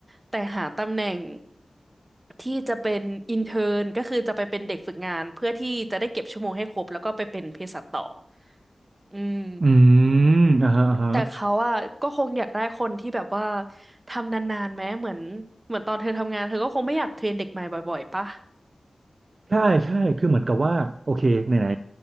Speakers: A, on the right; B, on the right.
A: แต่หาตำแหน่งที่จะเป็นอินเทอร์นก็คือจะไปเป็นเด็กฝึกงานเพื่อที่จะได้เก็บชั่วโมงให้ครบแล้วก็ไปเป็นเภสัชต่ออืม
B: อืมอ่าฮะอ่าฮะ
A: แต่เขาอะก็คงอยากได้คนที่แบบว่าทำนานๆแม้เหมือนเหมือนตอนเธอทำงานเธอก็คงไม่อยากเทรนเด็กใหม่บ่อยๆปะ
B: ใช่ใช่คือเหมือนกับว่าโอเคไหน